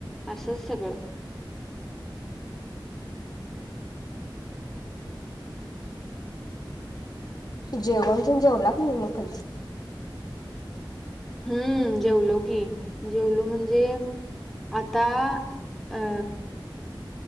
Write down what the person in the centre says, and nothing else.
असंच सगळं
हम्म जेवलो की जेवलो म्हणजे आता अ